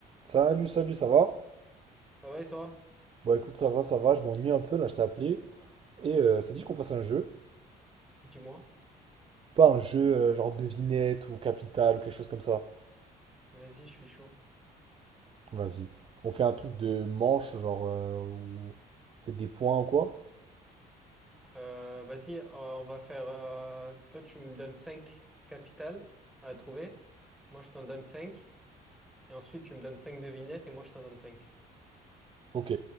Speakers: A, on the right; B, in the centre.
A: Salut, salut, ça va?
B: Ça va et toi?
A: Bon, écoute, ça va, ça va, je m'ennuie un peu, là, je t'ai appelé. Et euh, ça dit qu'on fasse un jeu.
B: Dis-moi.
A: Je sais pas, un jeu euh, genre devinette ou capital ou quelque chose comme ça.
B: Vas-y, je suis chaud.
A: Vas-y. On fait un truc de manche, genre, euh, où on fait des points ou quoi?
B: Euh, vas-y, euh, on va faire. euh, Toi, tu me donnes 5 capitales à trouver. Moi, je t'en donne 5. Et ensuite, tu me donnes 5 devinettes et moi, je t'en donne cinq.
A: Ok.